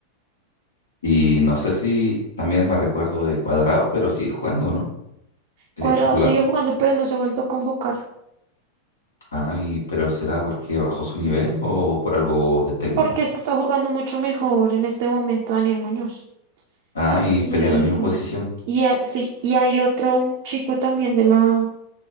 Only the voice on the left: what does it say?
y no sé si también me recuerdo de Cuadrado, pero sigue jugando, ¿no? Es
titular.
Ay, pero ¿será porque bajó su nivel o por algo del técnico?
Ah, y
pelea en la misma posición.